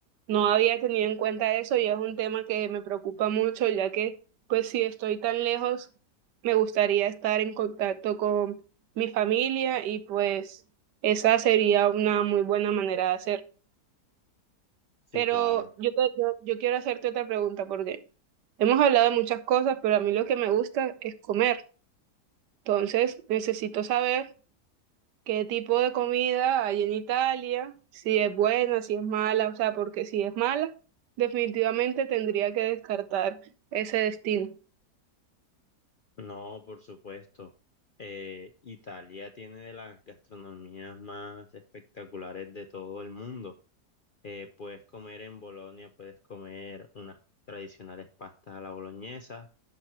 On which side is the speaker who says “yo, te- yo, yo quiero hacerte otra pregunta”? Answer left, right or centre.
Right